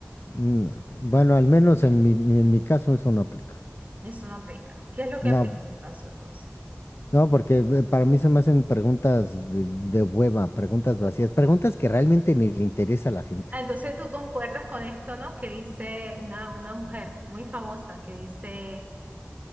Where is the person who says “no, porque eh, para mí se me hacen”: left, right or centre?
Left